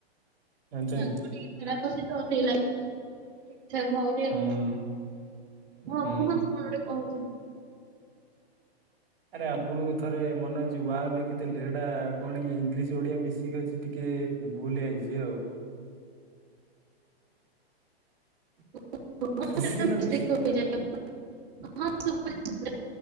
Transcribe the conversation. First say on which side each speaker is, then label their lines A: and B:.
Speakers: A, on the right; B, on the right.
A: ଜାଣିଛନି
B: ପାଗ ଟିକେ ଖରାପ ଅଛି ତ, ସେଇ ଲାଗି ଠିକ ଠାକ ହଉନି ଆଉ।
A: ହୁଁ
B: ହଁ
A: ହୁଁ
B: କୁହନ୍ତୁ କଣ ଗୋଟେ କହୁଥିଲେ?
A: ଆରେ ଆପଣଙ୍କୁ ଥରେ ମନେ ଅଛି ୱାଓ ଲେଖିଥିଲି, ସେଇଟା କଣ କି ଇଂଲିଶ ଓଡିଆ ମିଶିକି ଅଛି ଟିକେ କେ ଭୁଲ ହେଇଯାଇଛି ଆଉ।
B: <unintelligible>
A: ଶୁଭୁଛି ନା ନାଇଁ